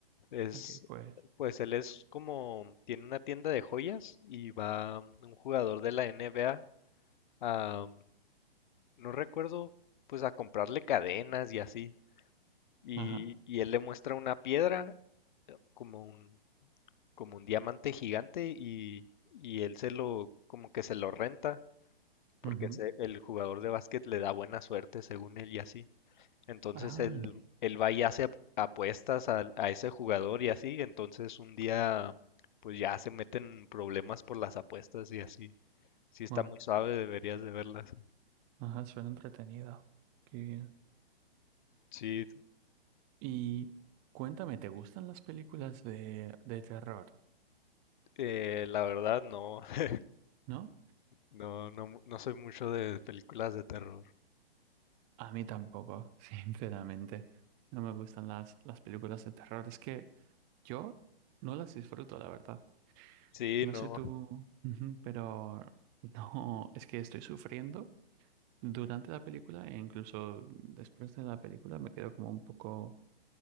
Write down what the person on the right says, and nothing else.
ok, pues.
Ajá,
ujú.
Ah,
wow.
Ajá, suena entretenido. Qué bien.
Y cuéntame, ¿te gustan las películas de, de terror?
¿No?
A mí tampoco, <laughs> sinceramente. No me gustan las, las películas de terror. Es que yo no las disfruto, la verdad.
No
sé tú, ujú, pero no, es que estoy sufriendo durante la película e incluso después de la película me quedo como un poco